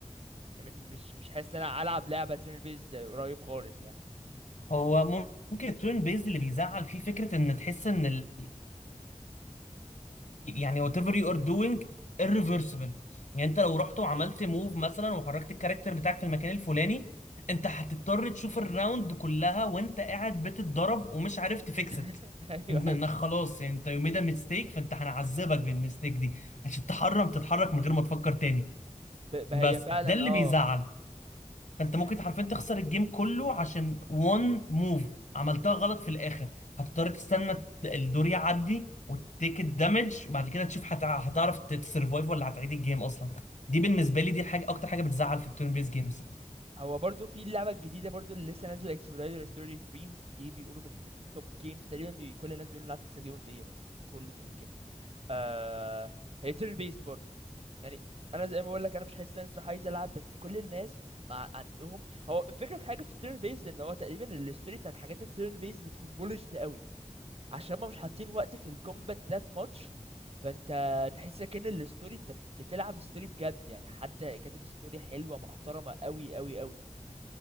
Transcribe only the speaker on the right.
يعني م- مش مش حاسس ان انا العب لعبه تيرن بيست قريب خالص يعني
<laughs>
ايوه
ايوه
ب- ما
هي فعلا
اه
يعني
هو برضو في اللعبه الجديده برضو اللي لسه نازله اكسبلويدر 33 دي بيقولوا من من توب جيمز تقريبا بي... كل الناس بيقولوا انها تكسب جيم اوف ذا يير اصلا يعني كله بيقول كده آه... هي تيرن بيست برضو يعني انا زي ما بقول لك انا مش حاسس ان انا لسه عايز العب بس كل الناس مع عندهم هو الفكره في حاجه في التيرن بيست ان هو تقريبا الستوري بتاعت حاجات التيرن بيست بتكون بولشد قوي عشان ما مش حاطين وقت في الكومبات ذات ماتش فانت تحس كأن الستوري انت بتلعب ستوري بجد يعني حد كاتب ستوري حلوه محترمه قوي قوي قوي